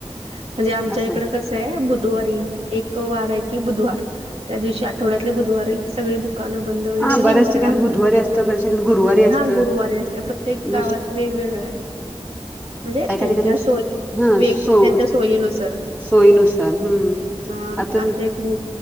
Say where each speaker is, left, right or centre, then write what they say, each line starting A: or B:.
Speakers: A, on the right; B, on the right.
A: म्हणजे आमच्या
B: असं
A: इकड कस बुधवारी एक वार आहे की बुधवार त्या दिवशी आठवड्यातले बुधवारी सगळे दु दुकानं बंद वगैरे
B: हा
A: म्हणजे
B: बऱ्याच
A: विश्रांती
B: ठिकाणी बुधवारी असतं बऱ्याच ठिकाणी गुरुवारी असतं
A: हा गुरुवारे असते प्रत्य. प्रत्येक
B: बऱ्याच
A: गावात
B: ठिकाणी
A: वेगवेगळं आहे. म्हणजे
B: काय काय
A: त्यांच्या
B: ठिकाणी
A: सोय
B: हा
A: वेग
B: सो
A: त्यांच्या सोयीनुसार.
B: सोयीनुसार हम्म
A: ह
B: आताच
A: आमच्या इकडे.